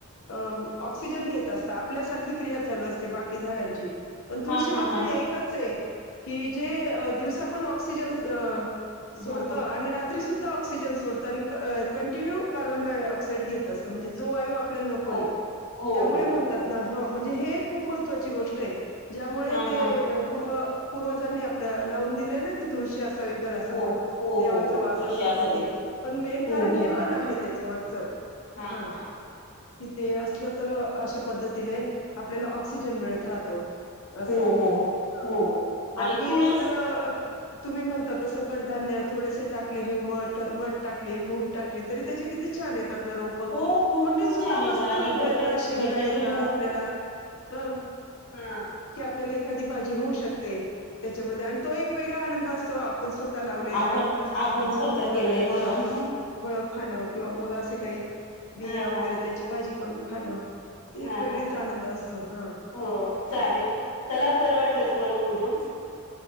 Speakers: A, on the left; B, on the left.
A: ''अं ''ऑक्सिजन घेत असतात. आपल्यासारखी क्रिया चालू असते बाकी झाडांची. पण तुळशी
B: हा
A: मात्र
B: हा हा
A: हे एकच आहे की, जे दिवसापण ऑक्सिजन. सोडतो
B: हा हा
A: आणि रात्री सुद्धा ऑक्सिजन सो ''--'' सोडतो कंटीन्यू कार्बनडाय ऑक्साईड घेत असतो. म्हणजे जो वायू आपल्याला. आपल्याला नकोय.
B: हो हो
A: त्यामुळे
B: हो
A: म्हणतात
B: हो हो
A: ना हं म्हणजे हे एक खूप महत्त्वाची गोष्ट आहे. ज्यामुळे.
B: हा हा
A: ते पूर्व-पूर्वजांनी आपल्या लावून दिलंय ना. की, तुळशी असावी घरासमोर
B: हो हो
A: देवाचा
B: हो हो
A: वास
B: तुळशी
A: असतो
B: असावी
A: तिथे. पण मेन
B: हो
A: कारण हे
B: हो हा
A: पण आहे. त्याच्या मागचं.
B: हा
A: ''हां''
B: हा
A: किती ते असलं तर, अशा पद्धतीने आपल्याला ऑक्सिजन मिळत राहतो. असं
B: हो.., हो.
A: हा, बाकी
B: आणि तुळस
A: तर तुम्ही म्हणता तसं कडधान्यात थोडेसे टाकले हे मठ-मठ टाकलेले, मूग टाकले, तरी त्याचे किती छान येतात ना रोप पं
B: हो खूप
A: कुंडीत
B: खूप
A: सुद्धा
B: छान येतं
A: मस्त
B: आणि
A: रोपं
B: घरच्या
A: येता, शेंगा
B: घरच्या
A: येता
B: घरी
A: आपल्याला. हं
B: हां.
A: आपल्याला एखादी भाजी होऊ शकते त्याच्यामध्ये, आणि तो एक वेगळा आनंद असतो, आप पण स्वतः लावलेल्या
B: आपण आपण
A: हा
B: स्वतः
A: झाडांचं
B: केलंय म्हणून.
A: आपण फळ खाणं किंवा मग असे काही बिया
B: हा
A: वगैरे
B: हा हा
A: त्याची भाजी करून खाण ते
B: हा
A: एक वेगळीच
B: हा हा
A: आनंद असतो. हा
B: हो चालेल
A: हा
B: चला बरं वाटलं तुम्हाला बोलून.